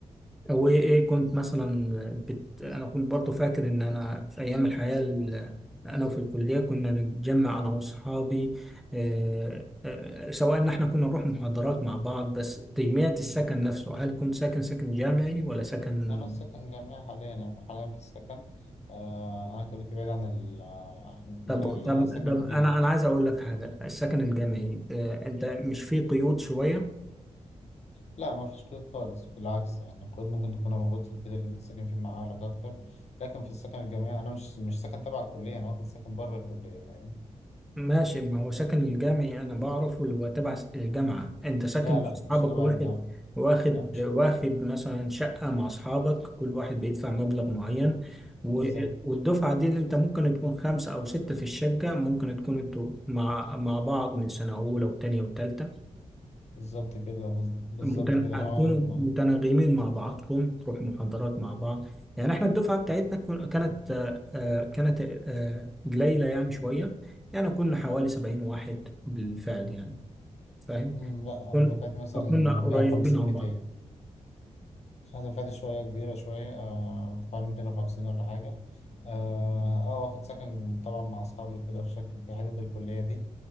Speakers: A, in the centre; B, on the left.
A: هو ايه إيه كنت مثلا بت... انا كنت برضو فاكر ان انا في ايام الحياة ال- انا وفي الكلية كنا نتجمع انا واصحابي آه، آه، آه، سواء ان احنا كنا نروح محاضرات مع بعض بس تجميع السكن نفسه هل كنت ساكن سكن جامعي ولا سكن
B: أنا في
A: <laughs>
B: سكن جامعي حاليا يعني أنا حاليا في السكن آه أنا كليتي بعيد عن ال- آه، المكان
A: طب
B: اللي
A: طب
B: أنا ساكن
A: طب
B: فيه
A: انا انا عايز اقول لك حاجة السكن الجامعي آه، انت مش فيه قيود شوية
B: لا ما فيش قيود خالص بالعكس يعني القيود ممكن تكون موجود في البيت اللي أنت ساكن فيه مع أهلك أكتر لكن في السكن الجامعي أنا مش مش ساكن تبع الكلية أنا واخد سكن بره الكلية فاهم
A: ماشي ما هو سكن الجامعي أنا بعرفه اللي هو تبع س- الجامعة أنت ساكن
B: لا لا
A: مع أصحابك
B: مش تبع
A: واحد
B: الجامعة
A: واخد
B: لا مش
A: واخد مثلا شقة مع أصحابك كل واحد بيدفع مبلغ معين و-
B: بالظبط
A: والدفعة دي اللي أنت ممكن تكون خمسة أو ستة في الشقة ممكن تكون أنتوا مع مع بعض من سنة أولى وتانية وتالتة
B: بالظبط كده بز- بالظبط
A: متن...
B: كده أنا
A: هتكونوا متناغمين مع بعضكم تروحوا محاضرات مع بعض يعني احنا الدفعة بتاعتنا كن- كانت آه، آه، كانت آه، قليلة يعني شوية يعني كنا حوالي 70 واحد بالفعل يعني فاهم
B: أمم، لا
A: كن...
B: أنا دفعت مثلا
A: فكنا قريبين
B: مية وخمسين
A: عن
B: ميتين
A: بعض
B: أنا دفعت شوية كبيرة شوية آه، حوالي ميتين وخمسين ولا حاجة اه آه، واخد سكن طبعا مع أصحابي وكده في شكل في حتة الكلية دي